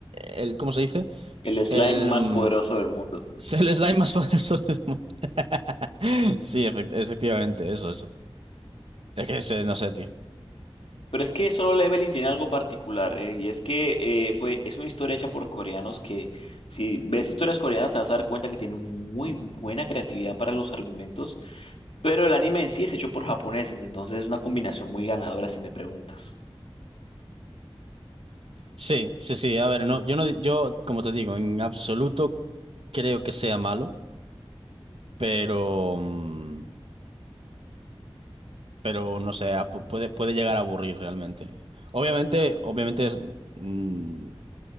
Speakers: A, on the right; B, on the left.
A: el ¿cómo se dice?
B: el slime
A: El
B: más
A: mm,
B: poderoso del mundo.
A: el slime más poderoso del mundo. <laughs> Sí, efect- efectivamente, eso, eso. Es que ese, no sé, tío.
B: Pero es que solo Leveling tiene algo particular, eh, y es que eh, fue, es una historia hecha por coreanos que, si ves historias coreanas, te vas a dar cuenta que tienen muy buena creatividad para los argumentos, pero el anime en sí es hecho por japoneses, entonces es una combinación muy ganadora si me preguntas.
A: Sí, sí, sí. A ver, no, yo no, yo, como te digo, en absoluto creo que sea malo, pero, mm, pero no sé, a- pu- puede, puede llegar a aburrir realmente. Obviamente, obviamente es, mm,